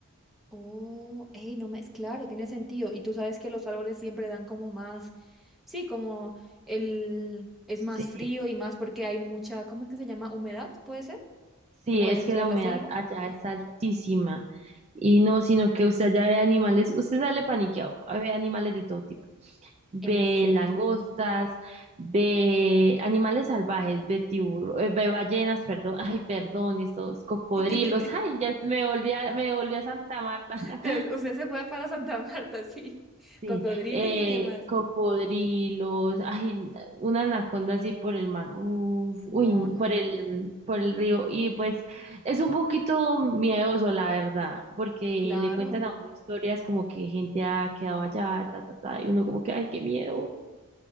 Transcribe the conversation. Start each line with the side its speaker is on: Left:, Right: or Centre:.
Centre: Oh, hey, no me es claro, tiene sentido. Y tú sabes que los árboles siempre dan como más, sí, como el es
Right: Sí.
Centre: más frío y más porque hay mucha, ¿cómo es que se llama? Humedad, ¿puede ser?
Right: Sí,
Centre: Como
Right: es
Centre: dentro
Right: que la
Centre: de
Right: humedad
Centre: la selva.
Right: allá es altísima. Y no, sino que usted allá ve animales, usted sale paniqueado, ve animales de todo tipo. Ve
Centre: ¿En serio?
Right: langostas, ve animales salvajes, ve tiburones, ve ballenas, perdón, <laughs> ay, perdón, estos cocodrilos,
Centre: <laughs>
Right: <laughs> ay, ya me volví a, me volví a Santa Marta. <laughs>
Centre: Te- Usted se fue para Santa Marta, <laughs> sí.
Right: Sí,
Centre: Cocodriles
Right: eh,
Centre: y qué más.
Right: cocodrilos, ay, una anaconda así por el mar, uf,
Centre: No,
Right: uy,
Centre: no,
Right: por
Centre: no,
Right: el,
Centre: no.
Right: por el río, y pues es un poquito miedoso, la verdad, porque
Centre: Claro,
Right: le cuentan a uno historias como que gente ha quedado allá, ta, ta, ta, y uno como que, ay, qué miedo,